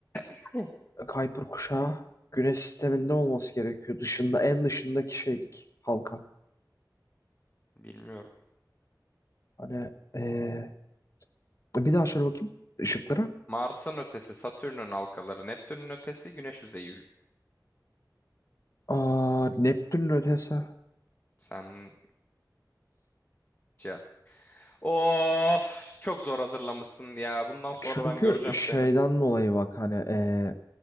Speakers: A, on the left; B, on the left.
A: <laughs>
B: Kuiper kuşağı. Güneş sisteminde olması gerekiyor. Dışında en dışındaki şeydik halka.
A: Bilmiyorum.
B: Hani ee, bir daha şöyle bakayım ışıklara.
A: Mars'ın ötesi, Satürn'ün halkaları, Neptün'ün ötesi, Güneş yüzeyi. Ül-
B: Aa, Neptün'ün ötesi.
A: Sen cevap. Of, çok zor hazırlamışsın ya. Bundan sonra
B: Çünkü
A: ben göreceğim
B: şeyden
A: seni.
B: dolayı bak hani ee,